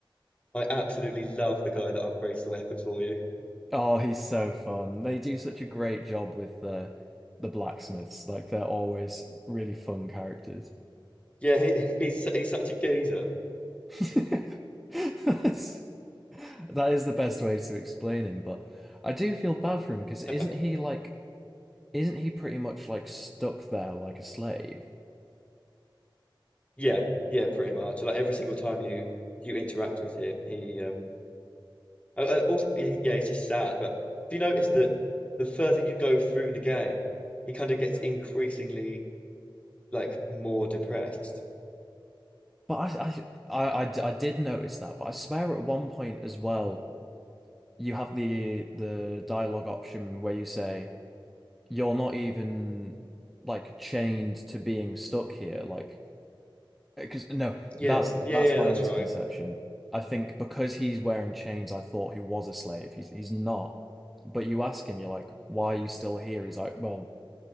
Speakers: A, on the left; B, in the centre.
A: I absolutely love the guy that upgrades the weapons for you.
B: Oh, he's so fun. They do such a great job with the the blacksmiths. Like they're always really fun characters.
A: Yeah, he, <laughs> he's he's such a geezer.
B: <laughs> That's, that is the best way to explain him, but I do feel bad for him because isn't
A: <laughs>
B: he like isn't he pretty much like stuck there like a slave?
A: Yeah, yeah, pretty much. Like every single time you you interact with him, he um uh, uh, also he, yeah, he's just sad. But do you notice that the further you go through the game, he kind of gets increasingly like more depressed.
B: But I, I I I d- I did notice that, but I swear at one point as well, you have the the dialogue option where you say you're not even like chained to being stuck here like because no
A: Yeah,
B: that's that's
A: yeah, yeah,
B: my
A: that's
B: misconception
A: right.
B: I think because he's wearing chains I thought he was a slave he's he's not but you ask him you're like why are you still here he's like well